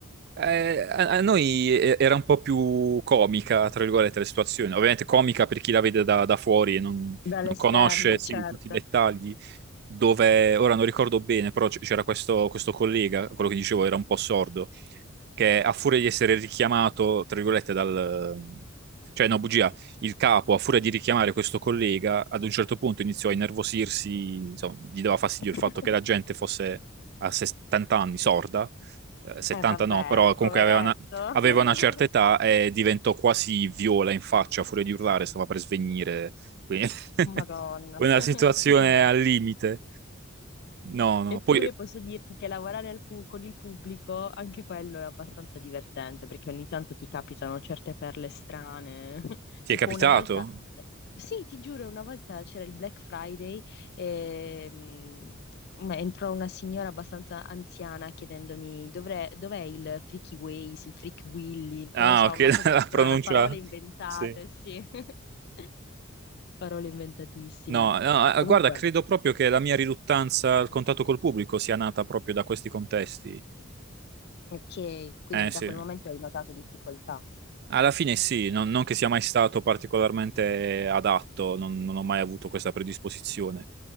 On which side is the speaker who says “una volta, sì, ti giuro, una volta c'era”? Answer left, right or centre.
Left